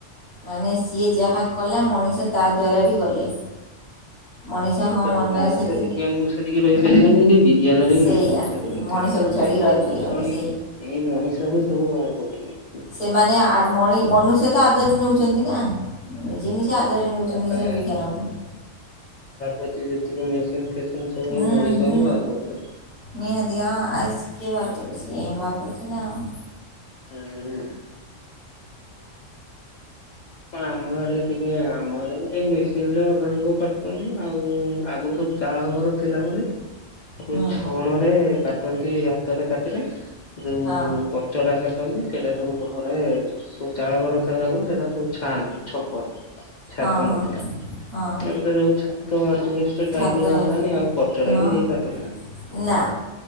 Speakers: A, on the left; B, on the left.
A: ମାନେ ସିଏ ଯାହା କଲା ମଣିଷ ତା ଦ୍ୱାରା ବି ଗଲେ। ମଣିଷ
B: କିୁ
A: ହଁ
B: କାହାକୁ
A: ମନ
B: ମଣିଷ
A: ସେଥିରେ
B: ବିଜ୍ଞାନ କୁ ଛଡିକି ରହିପାରିବନି, କି ବିଜ୍ଞାନ ବି
A: ସେଇଆ
B: ମଣିଷ କୁ ଛାଡିକି ରହିପ
A: ମଣିଷକୁ
B: ପାରିବନି
A: ଛାଡ଼ିକି
B: ସବୁ
A: ରହିପାରିବନି
B: କୌଶଳୀ
A: ସେଇ
B: ଏଇ ମଣିଷ ହିଁ ସବୁ ବାହାର କର ହ।
A: ସେମାନେ ମନୁଷ୍ୟ ତ ଆଦରି ନେଉଚନ୍ତି ନା। ନିଜେ ନିଜେ ଆଦରି ନେଉଛନ୍ତି
B: ତାପରେ
A: ସେ ବିଜ୍ଞାନକୁ।
B: ପ ଯେତିକି ମେସିନ୍ ଫ ସବ
A: ହୁଁ
B: ମଣିଷ
A: ହୁଁ
B: ହ ବାହାର କରଛନ୍ତି।
A: ନିହାତି ହଁ ଆଉ କିଏ ବାର କରିଛି ଏଁ ବାର କରଛ ନା ଆଉ
B: ହୁଁ। ଆମ ଆଡେ ଟିକେ ଆମ ଆଡେ ମେସିନରେ ଅଧା ଲୋକ କାଟୁଛନ୍ତି ଆଉ ଆଗରୁ ସବୁ ଚାଳ ଘର ଥିଲା ବୋଲି। ଆ
A: ହୁଁ
B: ଛଣ ରେ କା କଟଛନ୍ତି ହାତରେ କାଟିଲେ ଯୋଉ
A: ହଁ
B: କଚ ଡା କରିନ୍ତି ସେଇଟା ସବୁ ଘରେ ସ ଚାଳ ଘର ଆଗରୁ ସେଇଟା ଛାଆନ୍ତି ଛପର ଛାତ
A: ହଁ ହଁ
B: ନଥିଲା
A: ହଁ
B: ଏପ ସବୁ ଛାତ ଆ ଟାଇଲି
A: ଛାତ
B: ବାହାରିଲାାନି
A: ହେଲା
B: ଆଉ କଚଟା
A: ହଁ
B: ବି କେ କାଟୁନାହାନ୍ତି
A: ନା